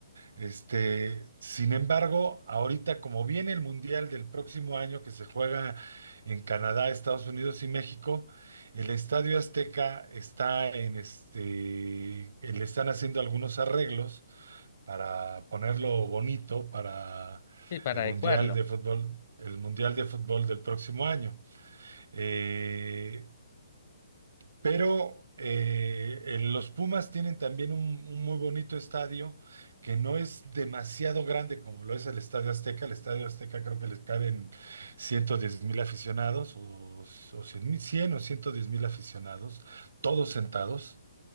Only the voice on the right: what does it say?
Este, sin embargo, ahorita como viene el Mundial del próximo año que se juega en Canadá, Estados Unidos y México, el Estadio Azteca está en este, eh, le están haciendo algunos arreglos para ponerlo bonito para
el
Mundial de fútbol, el Mundial de fútbol del próximo año. Eh, pero eh, eh, los Pumas tienen también un, un muy bonito estadio que no es demasiado grande como lo es el Estadio Azteca. El Estadio Azteca creo que les caben ciento diez mil aficionados o, o 100 mil, 100 o 110 mil aficionados, todos sentados.